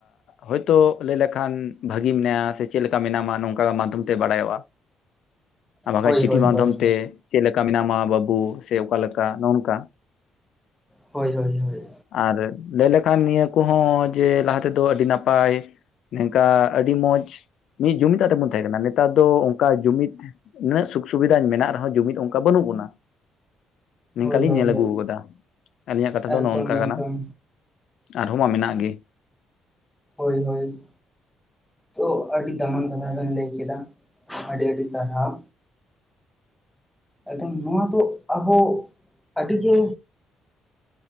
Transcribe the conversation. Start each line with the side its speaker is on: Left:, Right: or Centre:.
Left: ᱦᱳᱭᱛᱳ ᱞᱟᱹᱭ ᱞᱮᱠᱷᱟᱱ ᱵᱷᱟᱹᱜᱤ ᱢᱮᱱᱟᱭᱟ ᱥᱮ ᱪᱮᱫ ᱞᱮᱠᱟ ᱢᱮᱱᱟᱢᱟ ᱱᱚᱝᱠᱟᱼᱼ ᱚᱱᱠᱟ ᱢᱟᱫᱽᱫᱷᱚᱢ ᱛᱮ ᱵᱟᱲᱟᱭᱚᱜᱼᱟ᱾ ᱟᱨ ᱵᱟᱠᱷᱟᱡ
Centre: ᱦᱳᱭ
Left: ᱪᱤᱴᱷᱤ
Centre: ᱦᱳᱭ
Left: ᱢᱟᱫᱽᱫᱷᱚᱢ
Centre: ᱦᱳᱭ
Left: ᱛᱮ ᱪᱮᱫ ᱞᱮᱠᱟ ᱢᱮᱱᱟᱢᱟ ᱵᱟᱹᱵᱩ ᱥᱮ ᱚᱠᱟᱞ ᱞᱮᱠᱟ ᱱᱚᱜ ᱱᱚᱝᱠᱟ᱾
Centre: ᱦᱳᱭ ᱦᱳᱭ ᱦᱳᱭ
Left: ᱟᱨ ᱞᱟᱹᱭ ᱞᱮᱠᱷᱟᱱ ᱱᱤᱭᱟᱹ ᱠᱚᱦᱚᱸ ᱡᱮ ᱞᱟᱦᱟᱛᱮᱼᱼ ᱛᱮᱫᱚ ᱟᱹᱰᱤ ᱱᱟᱯᱟᱭ ᱱᱚᱝᱠᱟ ᱟᱹᱰᱤ ᱢᱚᱸᱡᱽ ᱢᱤᱫ ᱡᱩᱢᱤᱫᱟᱜ ᱛᱮᱵᱚᱱ ᱛᱟᱦᱮᱸ ᱠᱟᱱᱟᱼᱼ ᱱᱮᱛᱟᱨ ᱫᱚ ᱚᱱᱠᱟ ᱡᱩᱢᱤᱫ ᱩᱱᱟᱹᱜ ᱥᱩᱠ ᱥᱩᱵᱤᱫᱷᱟᱧ ᱢᱮᱱᱟᱜ ᱨᱮᱦᱚᱸ ᱡᱩᱢᱤᱫ ᱚᱱᱠᱟ ᱵᱟᱹᱱᱩᱜ ᱵᱚᱱᱟ᱾ ᱱᱚᱤᱝᱠᱟ
Centre: ᱦᱳᱭ
Left: ᱞᱤᱧ
Centre: ᱦᱳᱭ
Left: ᱧᱮᱞ
Centre: ᱦᱳᱭ
Left: ᱟᱹᱜᱩ ᱟᱠᱟᱫᱟ ᱟᱹᱞᱤᱧᱟᱜ ᱠᱟᱛᱷᱟ ᱫᱚ
Centre: ᱮᱠᱫᱚᱢ
Left: ᱱᱚᱜ ᱱᱚᱝᱠᱟ ᱠᱟᱱᱟ᱾
Centre: ᱮᱠᱫᱚᱢ
Left: ᱟᱨᱦᱚᱸ ᱢᱟ ᱢᱮᱱᱟᱜ ᱜᱮ᱾
Centre: ᱦᱳᱭ ᱦᱳᱭ ᱛᱚ ᱟᱹᱰᱤ ᱫᱟᱢᱟᱱ ᱠᱟᱞᱟ ᱞᱮᱧ ᱞᱟᱹᱭ ᱠᱮᱫᱟ ᱟᱹᱰᱤ ᱟᱹᱰᱤ ᱥᱟᱨᱦᱟᱣ᱾ ᱮᱫᱚ ᱱᱚᱣᱟ ᱫᱚ ᱟᱵᱚ ᱟᱹᱰᱤ ᱜᱮᱼᱼ